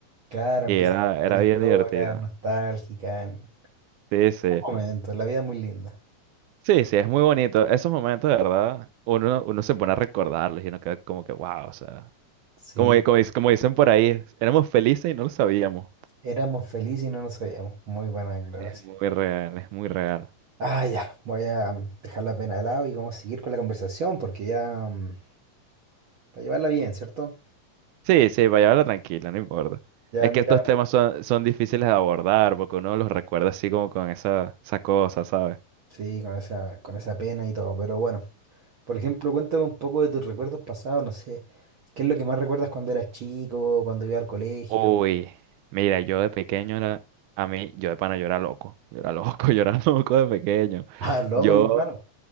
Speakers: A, on the right; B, on the right.
A: Claro,
B: Y
A: empieza
B: era,
A: a contar
B: era
A: historias
B: bien divertido.
A: nostálgicas. en
B: Sí, sí.
A: Un momento, la vida es muy linda.
B: Sí, sí, es muy bonito. Esos momentos, de verdad, uno, uno se pone a recordarlos y uno queda como que, wow, o sea,
A: Sí,
B: como, como, dic- como dicen por ahí, éramos felices y no lo sabíamos.
A: éramos felices y no nos sabíamos. Muy buena declaración.
B: Es muy real, es muy real.
A: Ah, ya, voy a mm, dejar la pena de lado y vamos a seguir con la conversación porque ya, mm, para llevarla bien, ¿cierto?
B: Sí, sí, vaya, habla tranquila, no importa.
A: Ya,
B: Es
A: mira,
B: que estos temas son, son difíciles de abordar porque uno los recuerda así como con esa, esa cosa, ¿sabes?
A: sí, con esa, con esa pena y todo, pero bueno. Por ejemplo, cuéntame un poco de tus recuerdos pasados, no sé, ¿qué es lo que más recuerdas cuando eras chico, cuando ibas al colegio?
B: Uy,
A: <laughs>
B: mira, yo de pequeño era, a mí, yo de pana, yo era loco. Yo era loco, <laughs> yo era loco de pequeño.
A: Ah, loco,
B: Yo,
A: mi hermano.